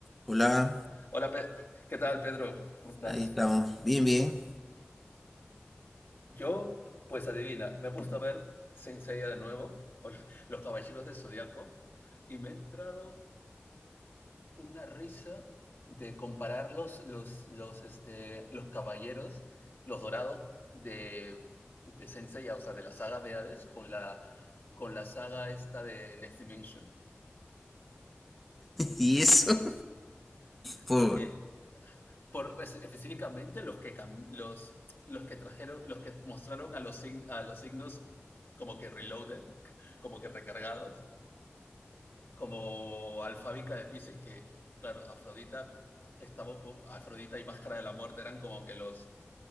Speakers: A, in the centre; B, on the left.
A: Hola,
B: Hola, Pe- ¿qué tal, Pedro? ¿Cómo estás?
A: ahí estamos. Bien, bien.
B: Yo, pues adivina, me he puesto a ver Saint Seiya de nuevo, o <laughs> Los Caballeros del Zodiaco, y me ha entrado una risa de comparar los, los, los, este, los caballeros, los dorados de, de Saint Seiya, o sea, de la saga de Hades, con la, con la saga esta de Next Dimension.
A: <laughs> Y eso, por
B: Porque por, es- específicamente los que, cam- los, los que trajeron, los que mostraron a los, sig- a los signos como que reloaded, <laughs> como que recargados, como Alfábica de Pisces, que claro, Afrodita estaba un poco, Afrodita y Máscara de la Muerte eran como que los,